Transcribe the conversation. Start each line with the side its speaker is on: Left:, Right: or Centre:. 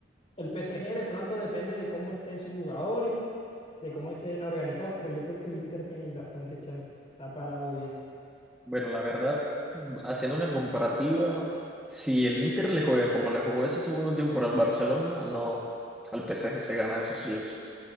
Left: El PSG de pronto depende de cómo estén sus jugadores, de cómo estén organizados, pero yo creo que el Inter tiene bastantes chances, está parado bien.
Centre: Bueno, la verdad, haciendo una comparativa, si el Inter le juega como le jugó ese segundo tiempo al Barcelona, no, al PSG se gana esos sí o sí.